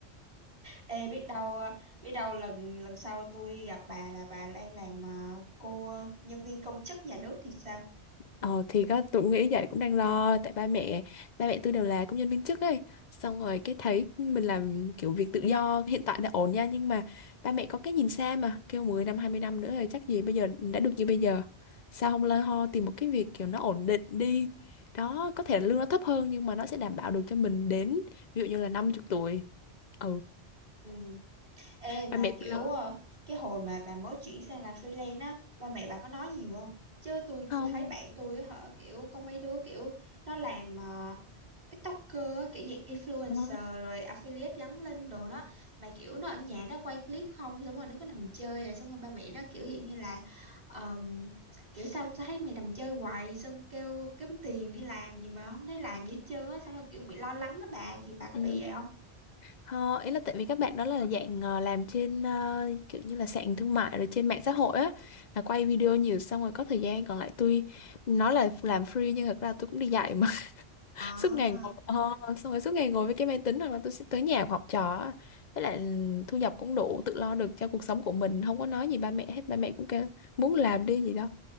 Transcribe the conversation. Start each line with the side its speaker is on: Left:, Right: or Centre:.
Right: Ê biết đâu ờ, biết đâu lần lần sau tôi gặp bà là bà đang làm ờ, cô nhân viên công chức nhà nước thì sao
Left: Ờ thì có tụi nghĩ vậy cũng đang lo tại ba mẹ ba mẹ tôi đều là công nhân viên chức ấy xong rồi cái thấy mình làm kiểu việc tự do hiện tại đã ổn nha nhưng mà ba mẹ có cái nhìn xa mà kêu 10 năm 20 năm nữa thì chắc gì bây giờ đã được như bây giờ sao không lo ho tìm một cái việc kiểu nó ổn định đi đó có thể là lương nó thấp hơn nhưng mà nó sẽ đảm bảo được cho mình đến ví dụ như là 50 tuổi ừ
Right: ừ. Ê mà
Left: ba mẹ
Right: kiểu
Left: tôi lo
Right: ờ, cái hồi mà bà mới chuyển sang làm freelance á, ba mẹ bà có nói nhiều không? Chứ tôi
Left: không
Right: tôi thấy bạn tôi á hả kiểu có mấy đứa kiểu nó làm ờ, TikToker á, kiểu dạng influencer
Left: ờ,
Right: rồi affiliate gắn link đồ đó mà kiểu nó ở nhà nó quay clip không xong rồi nó cứ nằm chơi rồi xong rồi ba mẹ nó kiểu dạng như là ờm, kiểu sao tao thấy mày nằm chơi hoài xong kêu kiếm tiền đi làm gì mà không thấy làm gì hết trơn á xong rồi kiểu bị lo lắng á bà thì bà có
Left: ừ.
Right: bị vậy không?
Left: Ờ, ý là tại vì các bạn đó là dạng ờ, làm trên ờ, kiểu như là sàn thương mại rồi trên mạng xã hội á là quay video nhiều xong rồi có thời gian còn lại tôi nói là làm free nhưng thật ra tôi cũng đi dạy mà <laughs>
Right: À
Left: suốt ngày ngồi ờ, xong rồi suốt ngày ngồi với cái máy tính hoặc là tôi sẽ tới nhà học trò á. với lại ừ, thu nhập cũng đủ tự lo được cho cuộc sống của mình không có nói gì ba mẹ hết ba mẹ cũng kêu muốn làm đi gì đâu